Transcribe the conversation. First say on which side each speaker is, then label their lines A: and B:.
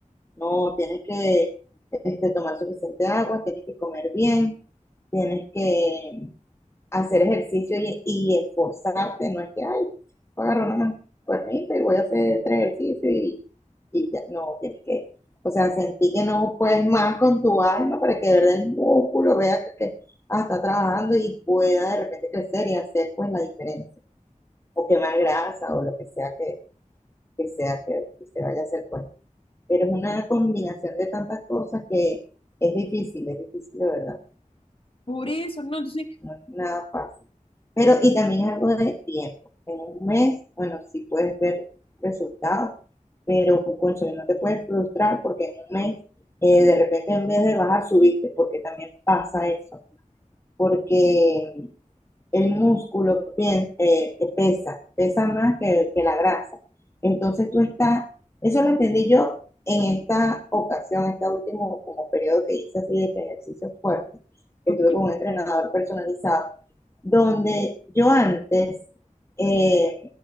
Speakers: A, on the left; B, on the left.
A: No, tienes que este, tomar suficiente agua, tienes que comer bien, tienes que hacer ejercicio y, y esforzarte, no es que, ay, voy a agarrar una cuernita y voy a hacer tres ejercicios y, y ya, no, tienes que, o sea, sentí que no puedes más con tu alma para que de verdad el músculo vea que, que ah, está trabajando y pueda de repente crecer y hacer pues la diferencia, o quemar grasa o lo que sea que, que sea que, que se vaya a hacer pues. Pero es una combinación de tantas cosas que es difícil, es difícil de verdad.
B: Por eso, no, entonces,
A: no es nada fácil. Pero, y también es algo de tiempo. En un mes, bueno, sí puedes ver resultados, pero, cónchale no te puedes frustrar porque en un mes, eh, de repente en vez de bajar, subiste, porque también pasa eso. Porque el músculo pien- eh, eh, pesa, pesa más que, que la grasa. Entonces tú estás, eso lo entendí yo en esta ocasión, este último como periodo que hice así de ejercicio fuerte, que
B: ok,
A: estuve con un entrenador personalizado, donde yo antes eh,